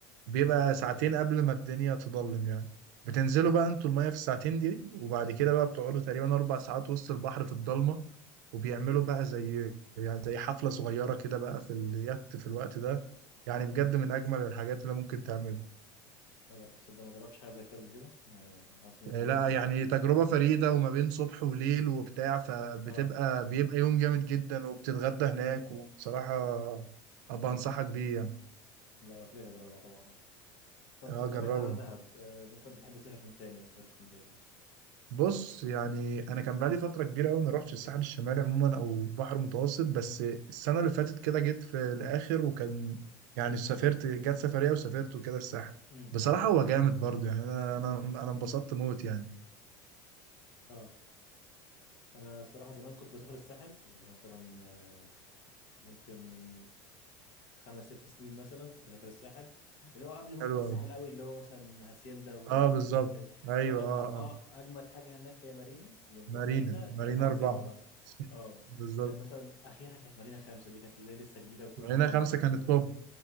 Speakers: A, on the right (about 75°); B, on the left (about 55°).
A: بيبقى
B: اه
A: ساعتين قبل ما الدنيا تضلم يعني بتنزلوا
B: امم
A: بقى انتوا المية في الساعتين دي وبعد كده بقى بتقعدوا تقريبا أربع ساعات وسط البحر في الضلمة وبيعملوا بقى زي يعني زي حفلة صغيرة كده بقى في اليخت في الوقت ده يعني
B: اه
A: بجد من أجمل الحاجات اللي ممكن تعملها
B: لا تصدق ما جربتش حاجه زي كده قبل كده آه حاسس انها
A: يعني
B: تبقى
A: لا
B: لذيذه
A: يعني
B: يعني
A: تجربة فريدة وما بين صبح وليل وبتاع فبتبقى
B: اه
A: بيبقى يوم جامد جدا وبتتغدى هناك وبصراحة أبقى
B: امم
A: أنصحك بيه يعني
B: لا اكيد هجربها طبعا طب
A: أه
B: انت
A: جربها
B: بعيدا عن دهب آه، مثلا بتحب تسافر فين تاني او سافرت فين تاني مثلا
A: بص يعني انا كان بقالي فتره كبيره قوي ما روحتش الساحل الشمالي عموما او بحر متوسط بس السنه اللي فاتت كده جيت في الاخر وكان يعني سافرت جت سفريه وسافرت وكده الساحل
B: امم
A: بصراحه هو جامد برضه يعني انا انا انا انبسطت موت يعني
B: اه انا الصراحه زمان كنت بسافر الساحل يعني مثلا آه، ممكن من خمس ست سنين مثلا كنت بسافر الساحل اللي هو قبل موجة
A: حلو
B: الساحل
A: قوي
B: قوي اللي هو مثلا هاسيندا وحاجات
A: اه بالظبط
B: دي.
A: ايوه
B: اللي هو كان
A: اه
B: أ- أ-
A: اه
B: اجمد حاجه هناك هي مارينا كنا بنروح
A: مارينا
B: مارينا
A: مارينا
B: كانت عظيمه
A: اربعه
B: بقى
A: <laughs>
B: اه
A: بالظبط
B: كانت مثلا اخرها كانت مارينا خمسة دي كانت اللي هي لسه جديده وكل
A: مارينا
B: الناس عمالين
A: خمسه
B: ياخدوا
A: كانت
B: في مارينا
A: توب